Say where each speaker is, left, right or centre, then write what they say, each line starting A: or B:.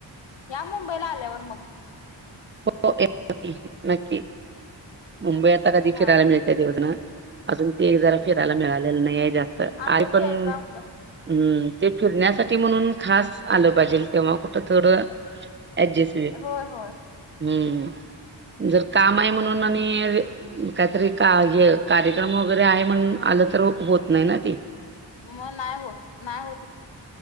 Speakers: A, on the left (about 70°); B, on the right (about 25°).
A: या मुंबईला आल्यावर मग
B: हो येतो की, नक्की मुंबई
A: हा
B: आता कधी
A: हा
B: फिरायला मिळते देव जाणे अजून ते एक जरा फिरायला मिळालेलं नाहीये जास्त
A: असंच
B: आई पण
A: यायचं आपलं
B: हम्म, ते फिरण्यासाठी म्हणून खास आलं पाहिजे तेव्हा कुठं थोडं ऍडजेस्ट
A: होय होय.
B: हम्म जर काम आहे
A: हा
B: म्हणून आणि, काहीतरी का हे कार्यक्रम वगैरे आहे म्हणून आलं तर होत नाही ना त
A: मग नाही होत नाही होत